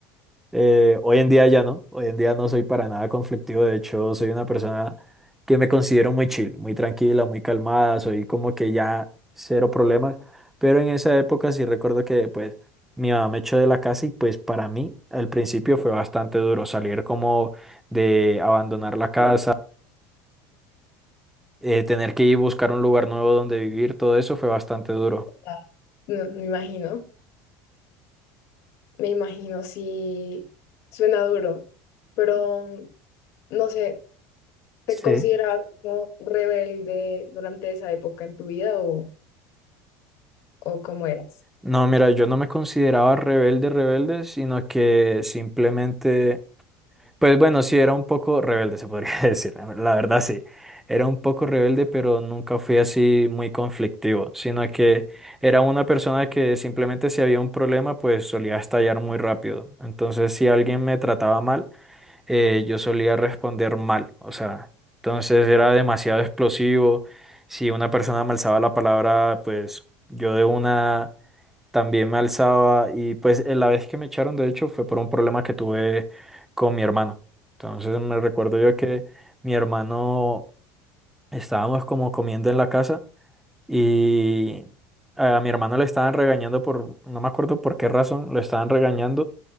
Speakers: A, in the centre; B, on the left.
A: Eh, hoy en día ya no, hoy en día no soy para nada conflictivo, de hecho soy una persona que me considero muy chill, muy tranquila, muy calmada, soy como que ya cero problemas, pero en esa época sí recuerdo que pues mi mamá me echó de la casa y pues para mí al principio fue bastante duro salir como de abandonar la casa, eh, tener que ir a buscar un lugar nuevo donde vivir, todo eso fue bastante duro.
B: ah, no, me imagino, me imagino si suena duro, pero no sé, ¿te
A: Sí.
B: considerabas como rebelde durante esa época en tu vida o, o cómo eras?
A: No, mira, yo no me consideraba rebelde, rebelde, sino que simplemente... Pues bueno, sí, era un poco rebelde, se podría <laughs> decir, ¿no? la verdad sí. Era un poco rebelde, pero nunca fui así muy conflictivo, sino que era una persona que simplemente si había un problema, pues solía estallar muy rápido. Entonces, si alguien me trataba mal, eh, yo solía responder mal, o sea, entonces era demasiado explosivo. Si una persona me alzaba la palabra, pues yo de una también me alzaba y pues eh, la vez que me echaron, de hecho, fue por un problema que tuve con mi hermano. Entonces me recuerdo yo que mi hermano estábamos como comiendo en la casa y a mi hermano le estaban regañando por, no me acuerdo por qué razón, lo estaban regañando